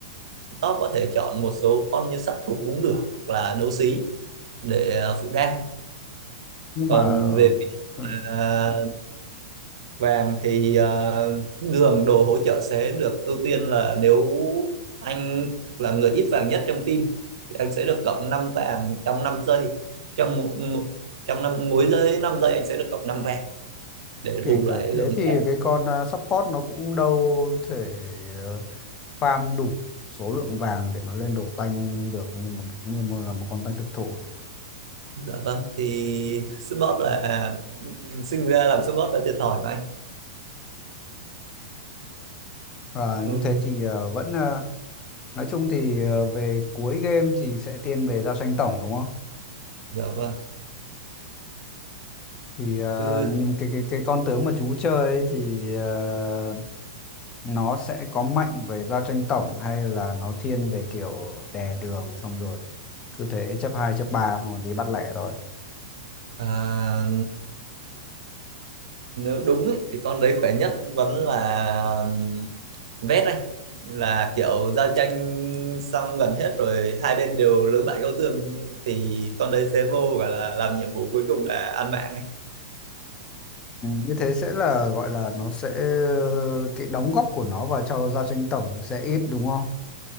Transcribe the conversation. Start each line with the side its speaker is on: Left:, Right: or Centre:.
Right: top có thể chọn một số con như sát thủ cũng được hoặc là đấu sĩ để à, phụ đam
Left: nhưng
Right: còn
Left: mà ờ,
Right: về
Left: ờ,
Right: à, vàng thì à, đường đồ hỗ trợ sẽ được ưu tiên là nếu anh là người ít vàng nhất trong team thì anh sẽ được cộng 5 vàng trong 5 giây trong một- trong năm mỗi giây 5 giây anh sẽ được cộng 5 vàng để
Left: kể
Right: bù
Left: cả
Right: lại
Left: thế
Right: lượng
Left: thì
Right: vàng
Left: cái con ờ, support nó cũng đâu thể ờ, farm đủ số lượng vàng để nó lên đồ tanh được như một như một là một con tanh thực thụ
Right: dạ vâng thì support là ừ, ừ, sinh ra làm support đã thiệt thòi mà anh
Left: Và
Right: ừ,
Left: như thế thì ờ, vẫn ờ, nói chung thì ờ, về cuối game thì sẽ thiên về giao tranh tổng đúng không
Right: dạ vâng
Left: thì ờ,
Right: chứ
Left: nhưng cái cái cái con tướng mà chú chơi ấy thì ờ, nó sẽ có mạnh về gia tranh tổng hay là nó thiên về kiểu đè đường xong rồi cứ thế chấp hai chấp ba hoặc đi bắt lẻ thôi
Right: À, nếu đúng ấy, thì con đấy khỏe nhất vẫn là vét anh là kiểu giao tranh xong gần hết rồi hai bên đều lưỡng bại câu thương thì con đấy sẽ vô và là làm nhiệm vụ cuối cùng là ăn mạng ấy.
Left: Ừ, như thế sẽ là gọi là nó sẽ ờ, cái đóng góp của nó vào cho gia tranh tổng sẽ ít đúng không?